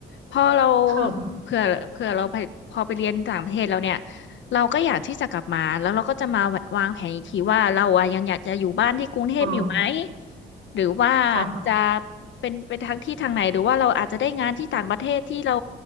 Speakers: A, on the left; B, on the right.
A: พอเรา
B: ค่ะ
A: เผื่อเผื่อเราไปพอไปเรียนต่างประเทศแล้วเนี่ยเราก็อยากที่จะกลับมาแล้วเราก็จะมาวางแผนอีกทีว่าเราอ่ะยังอยากจะอยู่บ้านที่กรุงเทพอยู่ไหม
B: อ๋อ
A: หรือว่า
B: ค่ะ
A: จะเป็นเปนทางที่ทางไหนหรือว่าเราอาจจะได้งานที่ต่างประเทศที่เรา